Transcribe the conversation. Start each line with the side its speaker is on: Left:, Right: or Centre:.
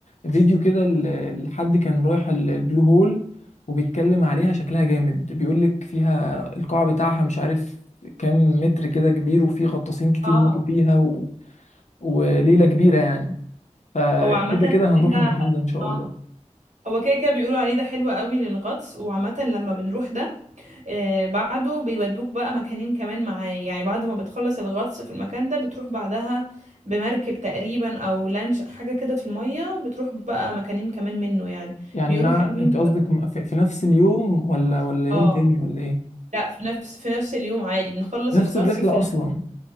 Left: فيديو كده ل- لحد كان رايح ال- البلو هول وبيتكلم عليها شكلها جامد بيقولك فيها القاع بتاعها مش عارف كام متر كده كبير وفي غطاسين كتير
Right: اه
Left: ماتوا فيها و... وليلة كبيرة يعني فكده
Right: هو عامه ده
Left: كده هنروح
Right: حلو.
Left: المكان ده إن شاء
Right: اه
Left: الله
Right: هو كده كده بيقولوا عليه ده حلو قوي للغطس وعامه لما بنروح ده آه، بعده بيودوك بقى مكانين كمان معاه يعني بعد ما بتخلص الغطس في المكان ده بتروح بعدها بمركب تقريبا او لانش حاجة كده في المية بتروح بقى مكانين كمان منه يعني
Left: يعني
Right: بيقولوا
Left: مع
Right: حلوين
Left: أنت قصدك م- في في نفس اليوم ولا ولا يوم
Right: اه
Left: تاني ولا إيه؟
Right: لا في نفس في نفس اليوم عادي بنخلص
Left: نفس
Right: الغطس
Left: الرحلة
Right: في ال...
Left: أصلا